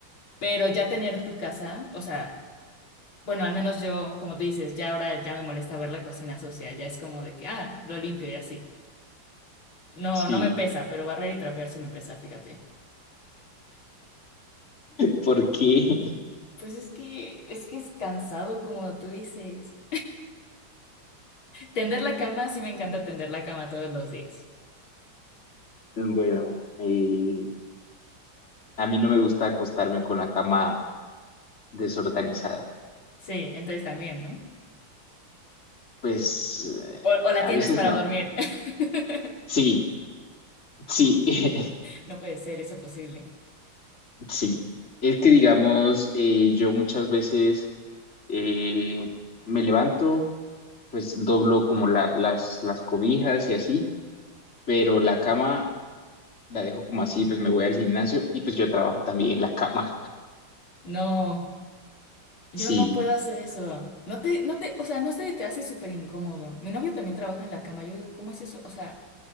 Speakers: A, on the left; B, on the left.
A: Pero ya tener tu casa, o sea, bueno, al menos yo, como tú dices, ya ahora ya me molesta ver la cocina sucia, ya es como de que, ah, lo limpio y así. No,
B: Sí,
A: no me pesa, pero barrer y trapear sí me pesa, fíjate.
B: porque,
A: Pues es que, es que es cansado, como tú dices. Tender la cama, sí me encanta tender la cama todos los días.
B: bueno, eh, a mí no me gusta acostarme con la cama desorganizada.
A: Sí, entonces también, ¿no?
B: Pues
A: O,
B: eh,
A: o la
B: a
A: tiendes
B: veces
A: para
B: no.
A: dormir. <laughs>
B: Sí, sí, <laughs>
A: No puede ser eso posible.
B: sí. Es que digamos, eh, yo muchas veces eh, me levanto, pues doblo como la- las, las cobijas y así, pero la cama la dejo como así, pues me voy al gimnasio y pues yo trabajo también en la cama.
A: No, yo
B: Sí,
A: no puedo hacer eso. No te, no te, o sea, no se te hace súper incómodo. Mi novio también trabaja en la cama. Yo digo, ¿cómo es eso? O sea,